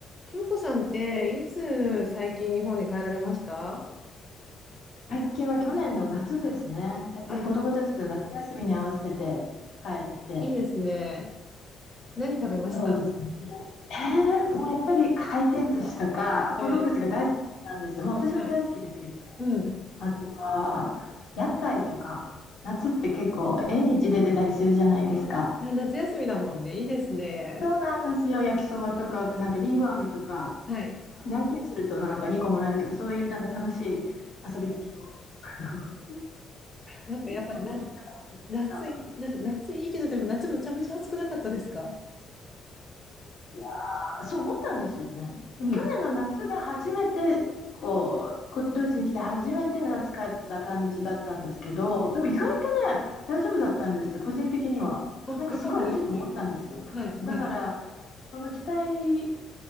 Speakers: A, on the left; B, on the left.
A: 京子さんっていつ最近日本に帰られました
B: 最近は去年の夏ですね。やっぱり子供たちの夏休みに合わせて帰って、
A: あ、いいですね。何食べました
B: そうですね。えーもうやっぱり回転寿司とか、
A: はい。
B: 子供たちが大好きなんですよ。もう私も大好きですけど、
A: はいうん。
B: あとは屋台とか、夏って結構縁日出てたりするじゃないですか。
A: いや夏休みだもんね。いいですね。
B: そうなんですよ。焼きそばとか、あとなんかりんご飴とか、
A: はい。
B: じゃんけんするとなんか2個もらえるとか、そういうなんか楽しい遊びつきの。<laughs>
A: なんかやっぱりな
B: うんめちゃくちゃ楽しかった
A: 夏い、な、夏いいけど、でも夏むちゃむちゃ暑くなかったですか
B: あーそう思ったんですよね。でも去年の夏が初めてこうこドイツに来て初めて夏帰った感じだったんですけどでも意外とね大丈夫だったんです個人的にはなんかすごい暑いと思ったんですよだから
A: うん。あ、よかったですね。はい、はい。
B: その期待